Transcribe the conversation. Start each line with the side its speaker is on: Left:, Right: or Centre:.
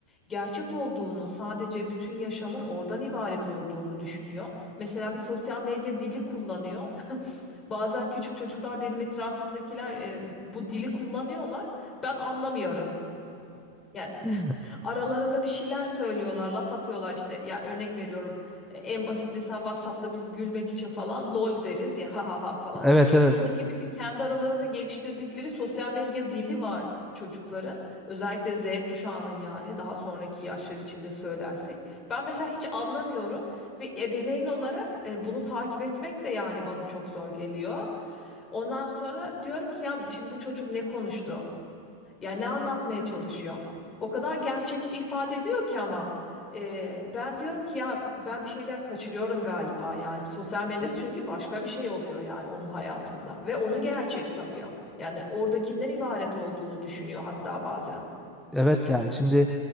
Left: gerçek olduğunu, sadece bütün yaşamın oradan ibaret olduğunu düşünüyor. Mesela bir sosyal medya dili kullanıyor. <laughs> Bazen küçük çocuklar benim etrafımdakiler e, bu dili kullanıyorlar. Ben anlamıyorum. Yani
Centre: Hmm.
Left: <laughs> aralarında bir şeyler söylüyorlar, laf atıyorlar işte. Ya örnek veriyorum. E, En basit mesela WhatsApp'ta biz gülmek için falan lol deriz ya ha ha ha falan.
Centre: Evet evet.
Left: Bunun gibi bir kendi aralarında geliştirdikleri sosyal medya dili var çocukların. Özellikle Z kuşağının yani daha sonraki yaşlar içinde söylersek. Ben mesela hiç anlamıyorum ve ebeveyn olarak e, bunu takip etmek de yani bana çok zor geliyor. Ondan sonra diyorum ki ya şimdi bu çocuk ne konuştu? Ya ne anlatmaya çalışıyor? O kadar gerçekçi ifade ediyor ki ama e, ben diyorum ki ya ben bir şeyler kaçırıyorum galiba yani sosyal medyada çünkü başka bir şey oluyor yani onun hayatında ve onu gerçek sanıyor. Yani oradakinden ibaret olduğunu düşünüyor hatta bazen.
Centre: Evet yani şimdi